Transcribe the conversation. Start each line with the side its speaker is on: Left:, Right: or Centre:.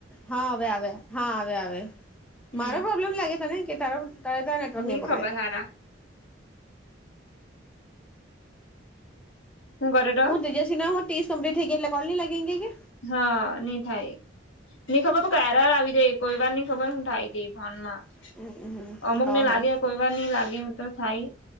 Centre: હા હવે આવે હા અવે આવે.
Left: હમ
Centre: મારો પ્રોબ્લેમ લાગે તને કે તારો? તારેતા નેટવર્ક
Left: નહી
Centre: ની પકડે.
Left: ખબર હારા હું કરે ટ?
Centre: ત જસી ના હું ટીસ કમ્પ્લિટ થઈ ગીયા એટલે કોલ ની લાગે એમ કેય કે.
Left: હ ની થાય. ની ખબર પર કે એરર આવી જાય, કોઈ વાર ની ખબર હું થાય ટે ફોન માં.
Centre: ક્યા હમ
Left: અમુક ને
Centre: ઓહે
Left: લાગે. કોઈ વાર ની લાગે એવ તો થાય,